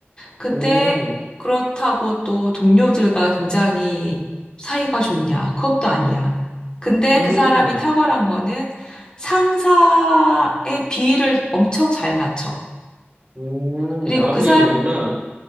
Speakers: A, on the left; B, on the right.
A: 근데
B: 음,
A: 그렇다고 또 동료들과 굉장히 사이가 좋냐? 그것도 아니야. 근데
B: 음,
A: 그 사람이 탁월한 거는 상사의 비위를 엄청 잘 맞춰.
B: 음,
A: 그리고
B: 아부형이구나.
A: 그사